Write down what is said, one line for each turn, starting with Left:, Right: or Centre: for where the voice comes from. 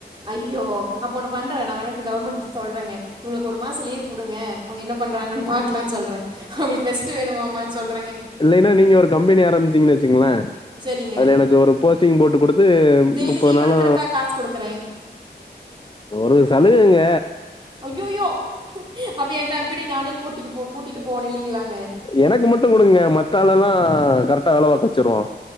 Right: ஐயோ அப்ப ஒண்ணு பண்றே நா வேணாட் கவர்மெண்ட்ட சொல்றேங்க இவங்களுக் ஒரு மாசம் லீவ் குடுங்க அவங்க என்ன பண்றாங்கனு பாக்கலானு சொல்றே அவங்களுக் ரெஸ்ட் வேணுமாமனு சொல்றேங்க
Left: இல்லைனா நீங்க ஒரு கம்பெனி ஆரம்பிச்சீங்கனு வச்சீங்களே
Right: சரிங்க
Left: அதுல எனக் ஒரு போஸ்டிங் போட்டு குடுத்து
Right: டெய்லி
Left: முப்பது
Right: லீவ்
Left: நாளு
Right: எடுக்கிறக்கா காசு குடுக்குறேன்
Left: ஒரு சலுகங்க
Right: அய்யயோ அப்போ ஏ கம்பெனி நானே பூட்டிட்டு போ பூட்டிட்டு போணு இல்லையங்ளாங்க
Left: எனக் மட்டு குடுங்க மத்தா ஆலல்லா கரெக்டா வேல பாக்க வச்சிருவோ